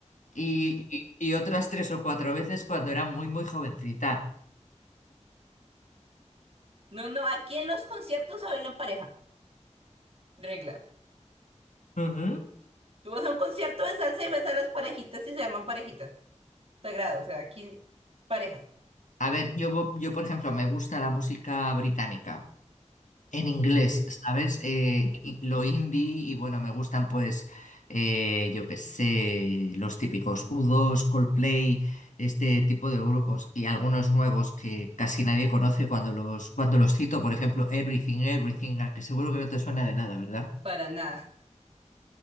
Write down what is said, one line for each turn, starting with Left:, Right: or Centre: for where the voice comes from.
Left: y, y- y otras tres o cuatro veces cuando era muy, muy jovencita.
Right: No, no, aquí en los conciertos se baila en pareja. Regla.
Left: Ujú.
Right: Tú vas a un concierto de salsa y ves a las parejitas y se llaman parejitas. Sagrado, o sea, aquí parejas.
Left: A ver, yo, yo, por ejemplo, me gusta la música británica. En inglés,
Right: que
Left: ¿sabes? Eh, y lo indie y bueno, me gustan pues, eh, yo qué sé, los típicos u dos, Coldplay, este tipo de grupos y algunos nuevos que casi nadie conoce cuando los, cuando los cito, por ejemplo, Everything, Everything, a que seguro que no te suena de nada, ¿verdad?
Right: Para nada.